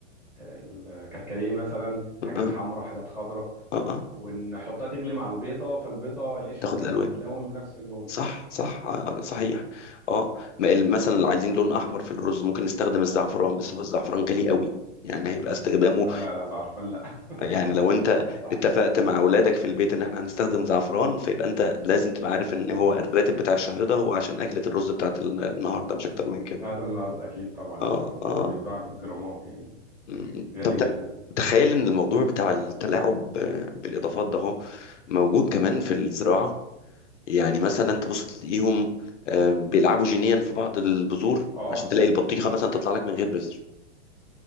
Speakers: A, in the centre; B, on the left.
A: الكركديه مثلا حاجات
B: اه اه
A: حمراء حاجات خضراء
B: اه أه.
A: ونحطها تغلي مع البيضه فالبيضه القشره
B: تاخد
A: بتاعتها
B: الالوان
A: بتتلون بنفس اللون
B: صح
A: اه
B: صح آه آه، صحيح اه ما ال- مثلا لو عايزين لون احمر في الرز ممكن نستخدم الزعفران بس هو الزعفران غالي قوي يعني هيبقى استخدامه
A: لا لا لا زعرفان لا <laughs>
B: يعني
A: زع-
B: لو انت
A: ما انصحش
B: اتفقت مع اولادك في البيت ان احنا هنستخدم زعفران فيبقى انت لازم تبقى عارف ان هو الراتب بتاع الشهر ده هو عشان اكلة الرز بتاعت ال- النهارده مش اكتر من كده
A: بتاعت النهارده اكيد طبعا
B: اه
A: يعني
B: اه
A: ده بيتباع بالجرامات يعني
B: مم.
A: غالي
B: طب ت-
A: جدا
B: تخيل ان الموضوع بتاع التلاعب ب- بالاضافات ده هو موجود كمان في الزراعة يعني مثلا تبص تلاقيهم آه، بيلعبوا جينيا في بعض البذور
A: اه
B: عشان تلاقي البطيخة
A: مم،
B: مثلا تطلع لك من غير بذر